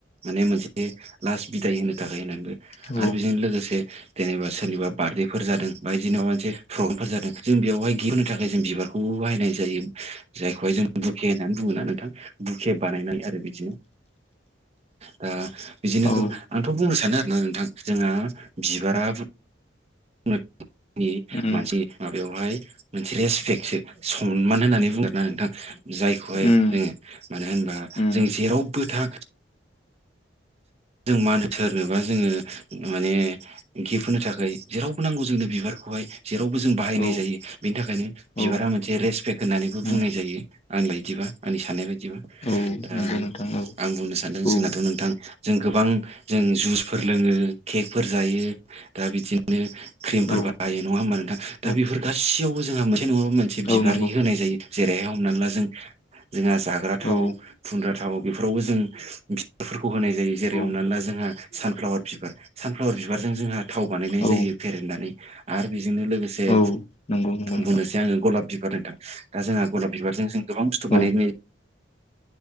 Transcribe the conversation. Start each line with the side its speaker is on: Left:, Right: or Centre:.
Right: माने मोनसे ए लास्ट बिदाय होनो थाखाय होननानैबो
Left: औ
Right: आरो बेजों लोगोसे जेनेबा सोरनिबा बार्थडेफोर जादों बा इदिनो माबा मोनसे प्रग्रामफोर जादों जों बेयावहाय गिफ्ट होनो था खाय जों बिबारखौबो बाहायनाय जायो जायखौहाय जों बुखे होननानै बुङोना नोंथां बुखे बानायनानै आरो बिदिनो दा बिदिनो
Left: औ
Right: गोबां आंथ' बुंनो सानो आरोना नोंथां जोंहा बिबारा <unintelligible>
Left: उम
Right: मानसि माबायावहाय मोनसे रेसपेक्टसो सनमान होननानै बुंगोनना नोंथां जायखौहाय
Left: उम
Right: जोङो मानो होनबा
Left: उम
Right: जों जेरावबो थां जों मा होनो सोरनोबा जोङो माने गिफ्ट होनो थाखाय जेरावबो नांगौ जोंनो बिबारखौहाय जेरावबो जों बाहायनाय
Left: औ
Right: जायो बेनि थाखायनो
Left: औ
Right: बिबारा मोनसे रेसपेक्ट होननानैबो बुंनाय
Left: उम
Right: जायो आंनि बायदिबा आंनि साननाय बायदिबा
Left: औ
Right: दा
Left: नंगौ नोंथां औ
Right: आं बुंनो सानदों
Left: औ
Right: जोंनाथ' नोंथां जों गोबां जों जुसफोर लोङो केकफोर जायो दा बिदि नो क्रिमफोर
Left: औ
Right: बाहायो नङा होमबा नोंथां दा
Left: औ
Right: बेफोर गासैयावबो जोंहा मोनसे नङाबा मोन से बिबारनि
Left: औ नंगौ
Right: होनाय जायो जेरैहाय हमनानै ला जों जोंहा जाग्रा थाव
Left: औ
Right: फुनग्रा थाव बेफोरावबो जों बिबारफोरखौ होनाय जायो जेरै-
Left: औ
Right: हमनानै ला जोंहा सानफ्लावार बिबार सानफ्लावार बिबारजों जोंहा थाव बानायनाय
Left: औ
Right: जायो फेरेदनानै आरो बेजोंनो लोगोसे
Left: औ नंगौ नंगौ नोंथां
Right: बुंनोसै आङो गलाब बिबार नोंथां दा जोंहा गलाब बिबारजों जों गोबां बुस्थु
Left: औ
Right: बानायनाय